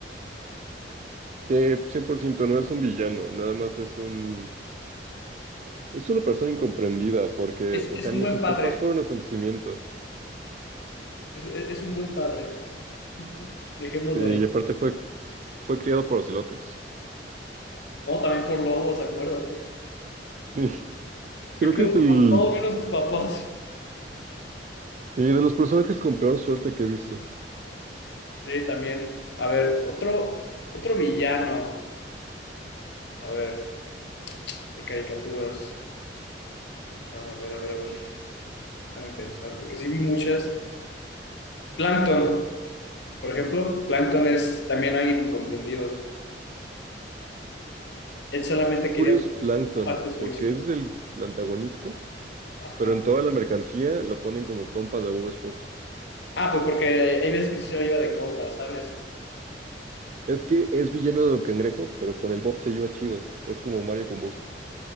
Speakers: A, on the right; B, on the left.
A: Sí, 100% no es un villano, nada más es un Es una persona incomprendida porque,
B: Es,
A: o
B: es
A: sea,
B: un
A: ni
B: buen
A: sus
B: padre,
A: papás fueron a su nacimiento.
B: es, es es un buen padre. <laughs> Dejémoslo
A: Sí, y
B: ahí.
A: aparte fue, fue criado por ocelotes.
B: No, también por lobos, acuérdate.
A: Sí, <laughs>
B: Me
A: creo
B: creo
A: que es el,
B: por todo menos sus papás.
A: sí, de los personajes con peor suerte que he visto.
B: Sí, también. A ver, otro, otro villano. A ver, de caricaturas. Ah, A ver, a ver, a ver. Déjame pensar, porque sí vi muchas. Plankton. Por ejemplo, Plankton es también alguien incomprendido. Él solamente
A: Qué
B: quería
A: curioso
B: una
A: Plankton,
B: parte de su
A: porque
B: éxito.
A: es el, el antagonista,
B: Ajá.
A: pero en toda la mercancía lo ponen como compa de Bob Esponja.
B: Ah, pues porque hay veces que sí se lo lleva de compa, ¿sabes?
A: Es que es villano de Don Cangrejo, pero con el Bob se lleva chido. Es como Mario con Bowser.